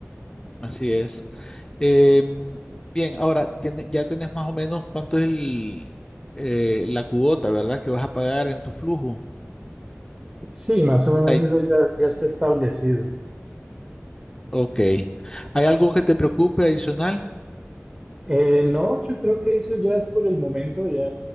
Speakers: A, on the left; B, on the right.
A: así es. Em, bien, ahora tiene- ya tenés más o menos cuánto es el, eh, la cuota, ¿verdad? Que vas a pagar en tu flujo.
B: Sí, más o menos
A: Ahí-
B: eso ya, ya está establecido.
A: ok. ¿Hay algo que te preocupe adicional?
B: Eh, no, yo creo que eso ya es por el momento, ya